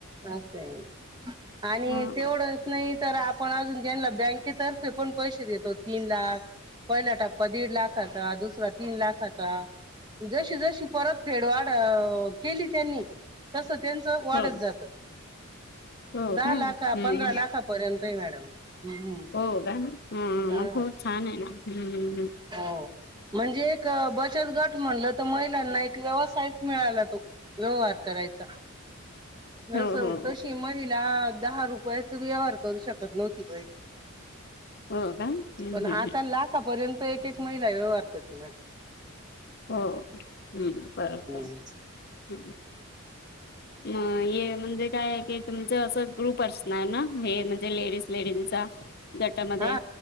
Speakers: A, on the right; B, on the left.
A: असं आहे आणि
B: हं
A: तेवढं नाहीतर आपण अजून त्यांना बँकेतर्फे पण पैसे देतो तीन लाख पहिला टप्पा दीड लाखाचा दुसरा टप्पा तीन लाखाचा जशी जशी परत फेडवाड अ केली त्यांनी तसं त्यांचं वाढत
B: हो
A: जातं.
B: हो
A: दहा
B: का हम्म
A: लाखा पंधरा लाखापर्यंतय मॅडम. हम्म
B: हो का हा
A: हा
B: मघ खूप छान आहे हा हा.
A: हो म्हणजे एक बचत गट म्हणलं महिलांना एक व्यवसायच मिळाला तो व्यवहार करायचा. जस
B: हो हो हो
A: तशी महिला दहा रुपयाच व्यवहार करू शकत नव्हती बाई
B: हो का हम्म
A: पण
B: हम्म
A: आता लाखापर्यंत एक एक महिला व्यवहार करते मॅडम.
B: हो हम् बरोबर
A: हम्म
B: आहे. मग हे म्हणजे काय आहे तूमच असं ग्रुप असणार ना हे म्हणजे लेडीज लेडीजचा? गटामध्ये
A: हा